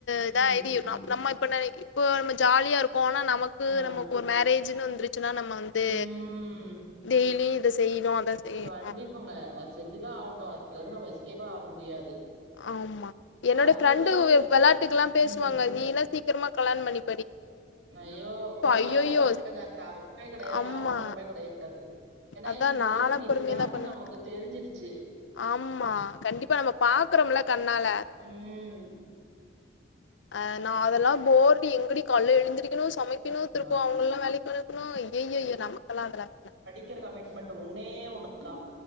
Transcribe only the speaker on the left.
எதா
ஐ டி இருக்கு
நம்ம இப்ப ந இப்போ நம்ம ஜாலியா இருக்கோ ஆனா நமக்கு
நமக்கு ஒரு மேரேஜ்ன்னு வந்துருச்சுன்னா நம்ம வந்து
டெய்லியு இத செய்யணு அத செய்யணு
ஆமா என்னோட
ஃப்ரெண்டு விளாட்டுக்குல்லா பேசுவாங்க
நீ எல்லா சீக்கிரமா கல்யாணம் பண்ணி
ஐயையோ
ஆமா
அதா
நாலா
பொறுமையாதா பண்ணுவே
ஆமா கண்டிப்பா நம்ம பாக்குறோம்ல கண்ணால
அ நா அதெல்லா போர்டு எங்கடி கால்ல எழுந்திருக்கனு சமை கிணு திருப்ப
அவங்கெல்லா வேலைக்கு அனுப்பனு ஐயையோ நமக்குள்ளா அதெல்லா வேணா